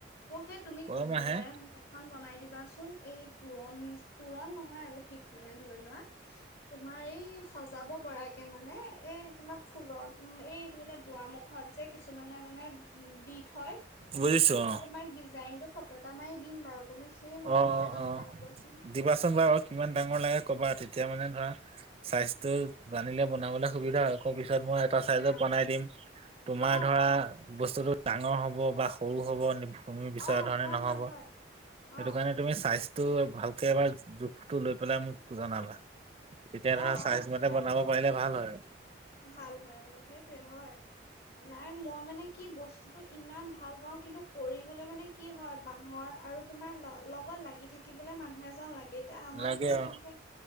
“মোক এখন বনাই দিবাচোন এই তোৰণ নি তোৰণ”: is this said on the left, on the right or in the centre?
Left